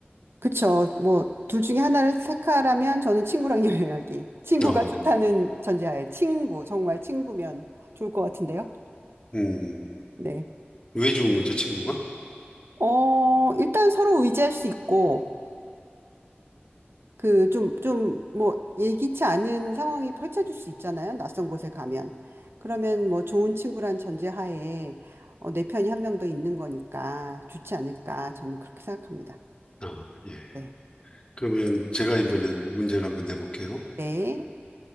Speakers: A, on the right; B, on the left.
A: 그쵸. 뭐, 둘 중에 하나를 택하라면 저는 친구랑 <laughs> 여행하기. 친구가
B: 어,
A: 좋다는 전제하에 친구, 정말 친구면 좋을 것 같은데요.
B: 음,
A: 네.
B: 왜 좋은 거죠, 친구가?
A: 어, 일단 서로 의지할 수 있고, 그 좀 좀 뭐 예기치 않은 상황이 펼쳐질 수 있잖아요. 낯선 곳에 가면. 그러면 뭐 좋은 친구란 전제하에 어, 내 편이 한 명 더 있는 거니까 좋지 않을까 저는 그렇게 생각합니다.
B: 아, 예.
A: 네.
B: 그러면 제가 이번엔 문제를 한번 내볼게요.
A: 네.